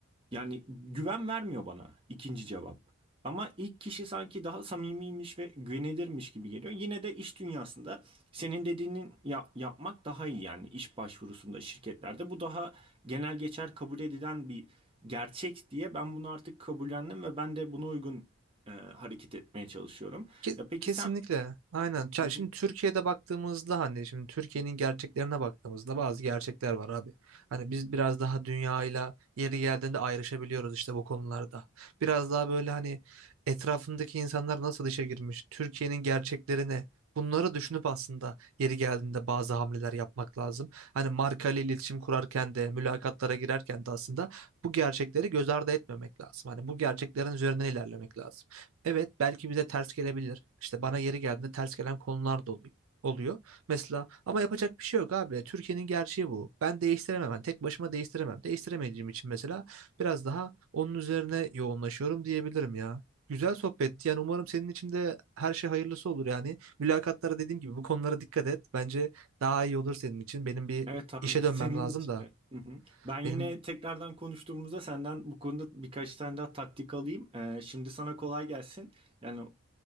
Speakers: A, on the right; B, on the right.
A: yani güven vermiyor bana ikinci cevap. Ama ilk kişi sanki daha samimiymiş ve güvenilirmiş gibi geliyor. Yine de iş dünyasında senin dediğinin yap- yapmak daha iyi yani iş başvurusunda şirketlerde. Bu daha genel geçer kabul edilen bir gerçek diye ben bunu artık kabullendim ve ben de buna uygun e, hareket etmeye çalışıyorum.
B: Ke-
A: Ya peki
B: Kesinlikle.
A: sen...
B: Aynen. Ya
A: Hı hı.
B: Şimdi Türkiye'de baktığımızda hani şimdi Türkiye'nin gerçeklerine baktığımızda bazı gerçekler var abi. Hani biz biraz daha dünyayla yeri geldiğinde ayrışabiliyoruz işte bu konularda. Biraz daha böyle hani etrafındaki insanlar nasıl işe girmiş, Türkiye'nin gerçeklerine bunları düşünüp aslında yeri geldiğinde bazı hamleler yapmak lazım. Hani marka ile iletişim kurarken de, mülakatlara girerken de aslında bu gerçekleri göz ardı etmemek lazım. Hani bu gerçeklerin üzerinden ilerlemek lazım. Evet belki bize ters gelebilir. İşte bana yeri geldiğinde ters gelen konular da oluyor. oluyor. Mesela ama yapacak bir şey yok abi. Türkiye'nin gerçeği bu. Ben değiştiremem. Ben tek başıma değiştiremem. Değiştiremediğim için mesela biraz daha onun üzerine yoğunlaşıyorum diyebilirim ya. Güzel sohbetti. Yani umarım senin için de her şey hayırlısı olur yani. Mülakatlara dediğim gibi bu konulara dikkat et. Bence daha iyi olur senin için. Benim bir
A: Evet abi
B: işe
A: <laughs> senin
B: dönmem lazım
A: için
B: da.
A: de. Hı hı. Ben yine
B: Benim
A: tekrardan konuştuğumuzda senden bu konuda birkaç tane daha taktik alayım. Ee, şimdi sana kolay gelsin. Yani